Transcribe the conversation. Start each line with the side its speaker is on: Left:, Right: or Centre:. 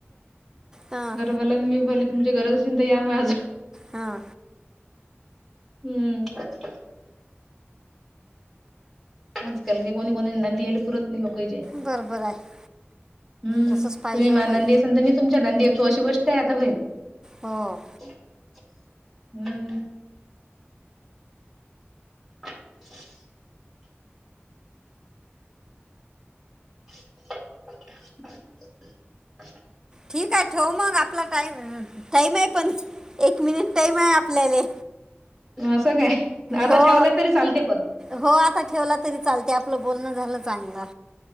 Right: हां
Centre: मला मी भले तुमची गरज असेन तर या मा <unintelligible>
Right: हा.
Centre: हम्म. आज काल कोणी-कोणाचं न दील पुरंत लोकचे.
Right: बरोबर आहे
Centre: हम्म
Right: तसंच पाहिजे
Centre: तुम्ही
Right: हो
Centre: मान
Right: बाई
Centre: देत नसलं तुम्ही तुमच्या नंदी येतो अशी गोष्ट आहे आता होईल.
Right: हो.
Centre: <inaudible> हम्म. <unintelligible> <inaudible> <unintelligible>
Right: ठीक आहे ठेवू मग आपला टाईम टाईम आहे पण एक मिनिट टाईम आहं आपल्यालं.
Centre: हा असं काय? आता
Right: हो,
Centre: ठेवलंय तरी चालते पण
Right: हो आता ठेवला तरी चालतंय आपलं बोलणं झालं चांगलं.